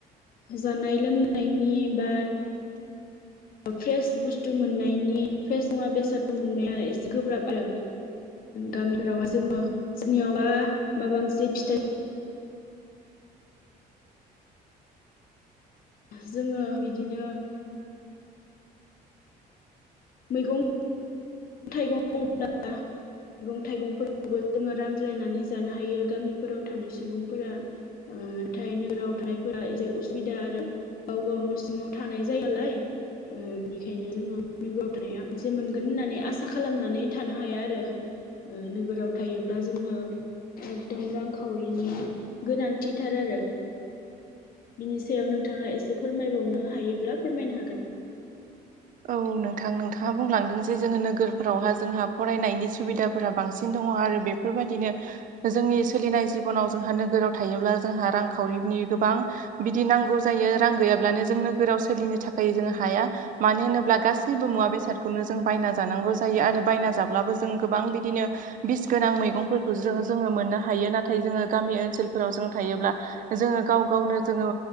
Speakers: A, on the left; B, on the right.
A: जानाय लोंनायनि बा फ्रेस बुस्थु मोननायनि फ्रेस मुवा बेसादफोर मोननाया एसे गोब्राब आरो गामिफोरावाय जोङो जोंनियावबा माबा मोनसे फिथाइ जोंङो बिदिनो मैगं थाइगं बुंङोब्ला मैगं थाइगंफोरखौबो जोंङो रानज्लायनानै जानो हायो गामिफोराव थानाय सुबुंफोरा नाथाय नोगोराव थानायफोरा एसे उसुबिदा आरो गाव गाव न' सिंङाव थानाय जायो नालाय बिनिखायनो जोंङो नोगोराव थानाया मोनसे मोनगोन होननानै आ आसा खालामनानै थानो हाया आरो नोगोराव थायोब्ला जोंनो एकदम रांखावरिनि गोनांथिथार आरो बिनि सायाव नोंथाङा एसे फोरमायबावनो हायोब्ला फोरमायनो हागोन
B: औ नोंथां नोंथांङा बुंलांदों जे जोंङो नोगोरफोरावहा जोंहा फरायनायनि सुबिदाफोरा बांसिन दंङो आरो बे बेफोरबायदिनो जोंनि सोलिनाय जिबनाव जोंहा नोगोराव थायोब्ला जोंहा रांखावरिनि गोबां बिदि नांगौ जायो रां गैयाब्लानो जों नोगोराव सोलिनो थाखाय जोंङो हाया मानो होनोब्ला गासैबो मुवा बेसादखौनो जों बायना जानांगौ जायो आरो बायना जाब्लाबो जों गोबां बिदिनो बिस गोनां मैगंफोरखौ जो जोंङो मोननो हायो नाथाय जोंङो गामि ओनसोलफोराव जों थायोब्ला जोंङो गाव गावनो जोंङो